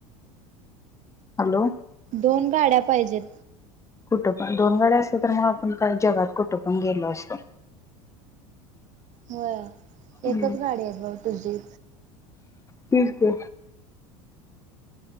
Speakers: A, on the left; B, on the right.
A: हॅलो.
B: दोन गाड्या पाहिजेत.
A: कुठं पण दोन गाड्या असत तर मग आपण जगात कुठं पण गेलो असतो.
B: व्हयं
A: हम्म
B: एकच गाडी आहे ग तुझी.
A: तीच ते.